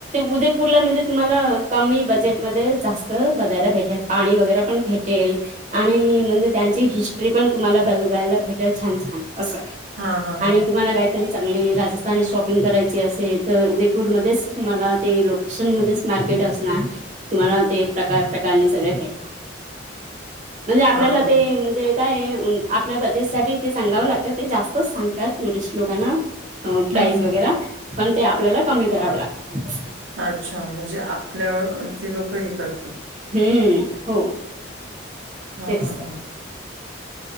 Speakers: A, on the right (about 40°); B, on the right (about 80°).
A: उदयपूरला म्हणजे तुम्हाला कमी बजेटमध्ये जास्त बघायला भेटेल. पाणी वगैरे पण भेटेल आणि म्हणजे त्यांची हिस्ट्री पण तुम्हाला बघायला भेट छान, छान अस आहे
B: हा हा
A: आणि
B: हा
A: तुम्हाला काय? तरी चांगली राजस्थानी शॉपिंग करायची असेल तर उदयपूरमध्ये तुम्हाला ते लोकेशन मध्येच मार्केट असणार तुम्हाला ते प्रकार -प्रकार सगळे भे म्हणजे आपल्याला
B: हा हा
A: ते म्हणजे काय आपल्या बजेट साठी ते सांगावं लागतं ते जास्तच सांगतात टुरिस्ट लोकांना. अ प्राईस
B: हं,
A: वगैरे
B: हं.
A: पण ते आपल्याला कमी करावं लागत.
B: अच्छा म्हणजे आपल्यावर ते लोक हे करतात.
A: हम्म हो
B: हां,
A: तेच
B: हां, हां.